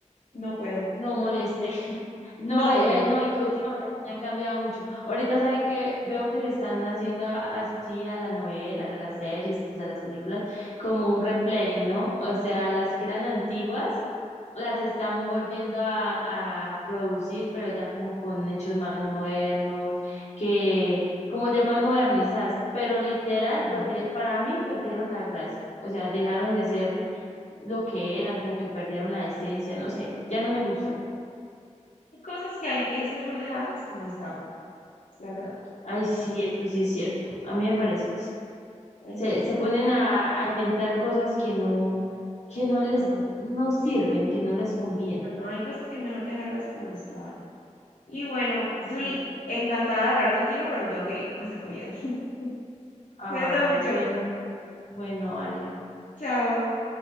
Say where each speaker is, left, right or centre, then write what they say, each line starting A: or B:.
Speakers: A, on the left; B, on the left.
A: no puedo.
B: No moleste. <laughs> No,
A: No, no,
B: eh,
A: no.
B: eh, no, y que últimamente han cambiado mucho. Ahorita sabe que veo que le están haciendo a- así a las novelas, a las series, a las películas, como un replay, ¿no? O sea, las que eran antiguas, las están volviendo a, a producir, pero ya como con hechos más modernos, que como ya más modernizadas, pero literal,
A: Mm.
B: perdi- para mí perdieron la gracia. O sea, dejaron de ser lo que eran, como que perdieron la esencia, no sé, ya no me gustan.
A: Hay cosas que hay, es mejor dejarlas como estaban, la verdad.
B: Ay, sí, eso sí es cierto. A mí me parece que sí.
A: Entonces,
B: Se, se
A: bueno,
B: ponen a, a inventar cosas que no, que no les,
A: no, no,
B: no sirven, que no les conviene.
A: no, no, hay cosas que mejor dejarlas como estaban. Y bueno,
B: Sí.
A: Julie, encantada de hablar contigo, pero me tengo que ir a hacer comida. <laughs>
B: Ay,
A: Cuídate mucho.
B: bueno, bueno, Ale.
A: Chao.